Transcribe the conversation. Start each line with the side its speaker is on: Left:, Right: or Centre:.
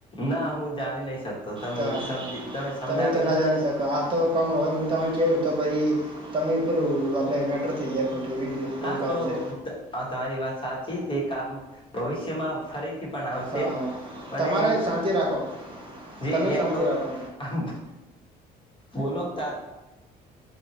Left: ના હું જાણી નહી શકતો તમે
Right: તાણ
Left: સમજી તમે સમજાવી
Right: તો ના
Left: નથી.
Right: જાણી આ તો કમ હોય હું તમે કહું તો પછી. તમે પેલું આપડે મેટર થઈ ગાયો ટીવી છે. એવું
Left: હા
Right: કામ
Left: તો
Right: છે
Left: તમારી વાત સાચી તે કામ ભવિષ્યમાં ફરી. થી પણ આવશે
Right: હા હા
Left: પણ
Right: તમારે શાંતિ રાખો
Left: જે
Right: તમે
Left: એઆઈ
Right: શાંતિ
Left: નો
Right: રાખો
Left: ઉપયોગ. બોલોક તાર.